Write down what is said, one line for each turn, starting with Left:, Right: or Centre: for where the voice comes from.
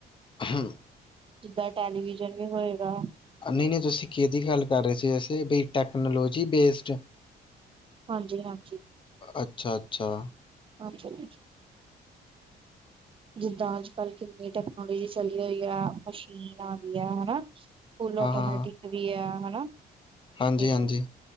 Left: <unintelligible>
Right: ਜਿੱਦਾਂ ਟੈਲੀਵਿਜ਼ਨ ਵੀ ਹੋਏਗਾ?
Left: ਨਈ - ਨਈ ਤੁਸੀਂ ਕਿਹਦੀ ਗੱਲ ਕਰ ਰਹੇ ਸੀੇ ਵੇਸੇ ਵੀ ਟੈਕਨੋਲੋਜੀ ਬੇਸਡ
Right: ਹਾਂਜੀ- ਹਾਂਜੀ।
Left: ਅੱਛਾ-ਅੱਛਾ
Right: <unintelligible> ਜਿੱਦਾਂ ਅੱਜ ਕੱਲ੍ਹ ਕਿੰਨੀ ਟੈਕਨੋਲੋਜੀ ਚੱਲੀ ਹੋਈ ਆ, ਮਸ਼ੀਨ ਆ ਗਈ ਐ ਹਨਾ ਫੁਲ ਆਟੋਮੈਟਿਕ
Left: ਹਾਂ ਹਾਂ
Right: ਵੀ ਆ ਹਨਾ ਤੇ
Left: ਹਾਂਜੀ ਹਾਂਜੀ